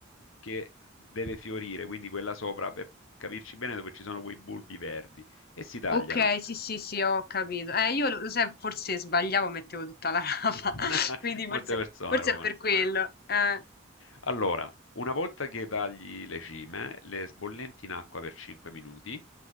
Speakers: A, on the left; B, on the left.
A: che deve fiorire, quindi quella sopra, per capirci bene, dove ci sono quei bulbi verdi, e si tagliano.
B: Ok, sì, sì, sì, ho capito. Eh, io lo sai, forse sbagliavo, mettevo tutta la rapa,
A: <laughs>
B: <laughs> quindi forse,
A: Molte persone
B: forse
A: lo
B: è
A: fanno.
B: per quello. Eh,
A: Allora, una volta che tagli le cime, le sbollenti in acqua per 5 minuti,